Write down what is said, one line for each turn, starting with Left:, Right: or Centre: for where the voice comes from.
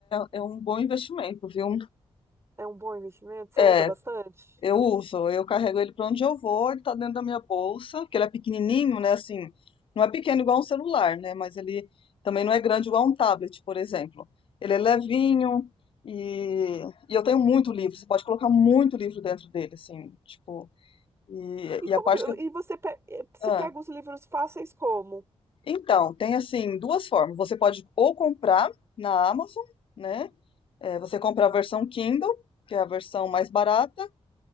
Left: é, é um bom investimento, viu?
Right: É um bom investimento? Você
Left: É,
Right: usa bastante?
Left: eu uso, eu carrego ele para onde eu vou, ele tá dentro da minha bolsa, que ele é pequenininho, né? Assim, não é pequeno igual um celular, né? Mas ele também não é grande igual um tablet, por exemplo. Ele é levinho e, e eu tenho muito livro, você pode colocar muito livro dentro dele, assim, tipo. E,
Right: E
Left: e
Right: como
Left: a parte
Right: que,
Left: que eu.
Right: e você, pe- eh, você
Left: Ah,
Right: pega os livros fáceis como?
Left: então, tem assim duas formas. Você pode ou comprar na Amazon, né? É, você compra a versão Kindle, que é a versão mais barata.